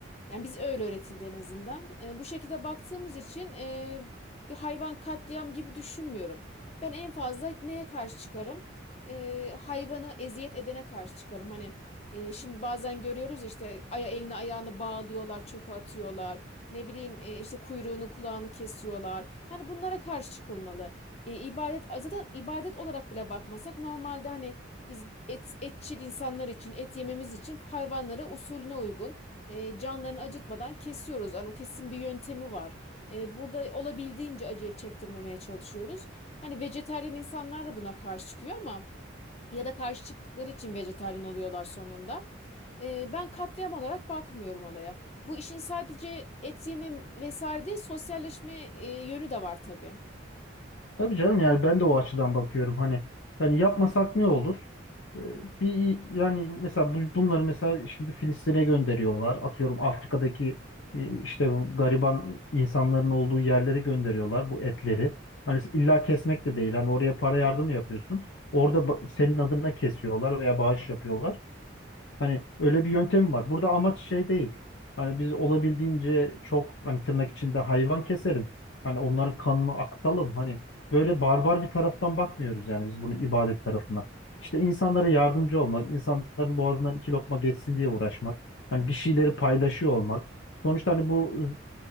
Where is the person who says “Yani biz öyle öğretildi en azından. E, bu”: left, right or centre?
Left